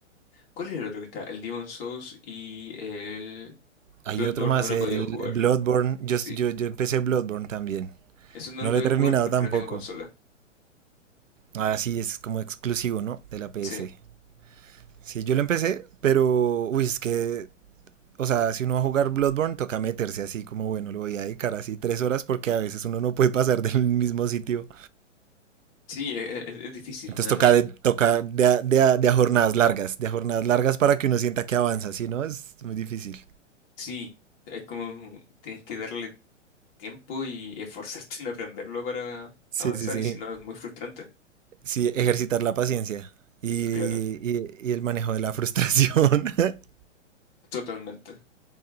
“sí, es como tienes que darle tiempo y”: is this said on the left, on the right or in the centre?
Left